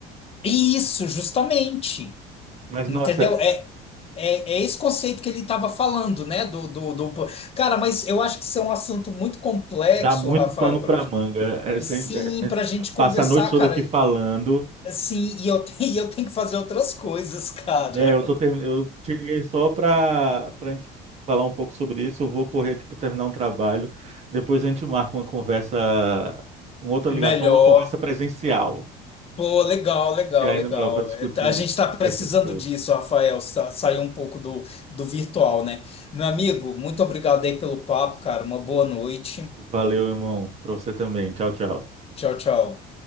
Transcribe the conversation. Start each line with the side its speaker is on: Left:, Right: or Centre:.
Left: isso, justamente,
Right: Mas,
Left: entendeu?
Right: nossa,
Left: É, é, é esse conceito que ele estava falando, né? Do, do, do... Cara, mas eu acho que isso é um assunto muito complexo,
Right: dá muito
Left: Rafael,
Right: pano
Left: para
Right: para manga. É,
Left: assim,
Right: sem- é,
Left: para
Right: é,
Left: gente conversar,
Right: passa a noite toda
Left: cara.
Right: aqui
Left: E,
Right: falando.
Left: assim, e eu, tenho- <laughs> e eu tenho que fazer outras coisas, cara.
Right: É, eu tô termi... eu te liguei só para para gente falar um pouco sobre isso. Eu vou correr aqui para terminar um trabalho. Depois a gente marca uma conversa, uma outra
Left: Melhor.
Right: ligação, uma conversa presencial,
Left: Pô, legal, legal,
Right: que é ainda
Left: legal.
Right: melhor para discutir
Left: É, tá- A gente está precisando
Right: discutir essas coisas.
Left: disso, Rafael, sa- sair um pouco do, do virtual, né? Meu amigo, muito obrigado aí pelo papo, cara. Uma boa noite.
Right: Valeu, irmão, para você também. Tchau, tchau.
Left: Tchau, tchau.